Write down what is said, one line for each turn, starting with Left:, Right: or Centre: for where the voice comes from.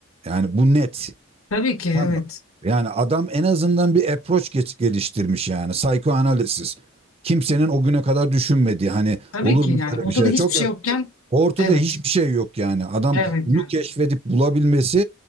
Right: Yani bu net.
Left: Tabii ki evet.
Right: Tamam. mı? Yani adam en azından bir approach geç, geliştirmiş yani psikoanaliz. Kimsenin o güne kadar düşünmediği hani
Left: Tabii
Right: olur
Left: ki
Right: mu
Left: yani
Right: böyle
Left: ortada
Right: bir şey?
Left: hiçbir
Right: Çok
Left: şey yokken
Right: ortada
Left: evet
Right: hiçbir şey yok yani. Adam
Left: evet
Right: bunu
Left: yani.
Right: keşfedip bulabilmesi